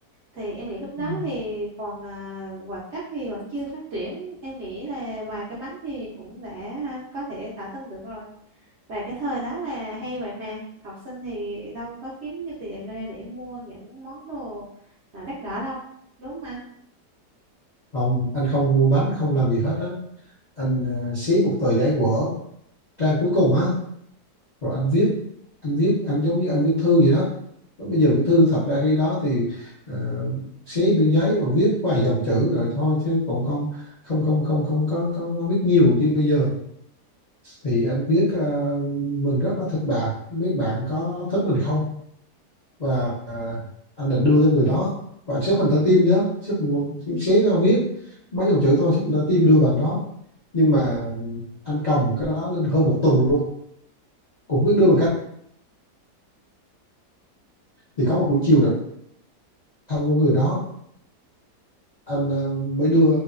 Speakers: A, on the right; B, on the left.
A: thì em nghĩ lúc đó
B: Ừ.
A: thì còn à, hoạt chất thì vẫn chưa phát triển em nghĩ là vài cái bánh thì cũng đã à, có thể tả tin được rồi và cái thời đó là hay vậy mà học sinh thì đâu có kiếm nhiêu tiền ra để mua những món đồ à, đắt đỏ đâu đúng không anh
B: không anh không mua bánh không làm gì hết á anh à, xé một tờ giấy của trang cuối cùng á rồi anh viết anh viết anh giống như anh viết thư vậy đó Lúc bây giờ viết thư thật ra khi đó thì ờ, xé miếng giấy và viết vài dòng chữ rồi thôi chứ cũng không không không không không có có viết nhiều như bây giờ thì anh viết ờ, mình rất là thích bạn không biết bạn có thích mình không và à, anh định đưa cho người đó và anh xếp hình trái tim chứ xếp một- xé ra viết mấy dòng chữ thôi xếp hình trái tim đưa bạn đó nhưng mà anh cầm cái đó lên hơn một tuần luôn cũng không biết đưa bằng cách thì có một buổi chiều nào thân của người đó anh ờ, mới đưa